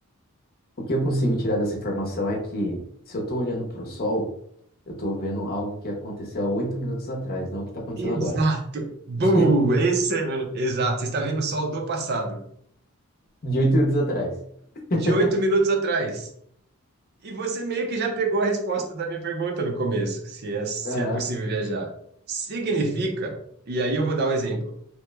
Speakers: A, on the left (about 45°); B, on the right (about 45°).
A: O que eu consigo tirar dessa informação é que, se eu estou olhando para o sol, eu estou vendo algo que aconteceu há oito minutos atrás, não o que está acontecendo
B: Exato!
A: agora.
B: Boom!
A: <laughs>
B: Esse é... Exato, você está vendo o sol do passado,
A: De oito minutos atrás.
B: de
A: <laughs>
B: oito minutos atrás. E você meio que já pegou a resposta da minha pergunta no começo, se é, se
A: Aham,
B: é possível viajar. Significa, e aí eu vou dar um exemplo,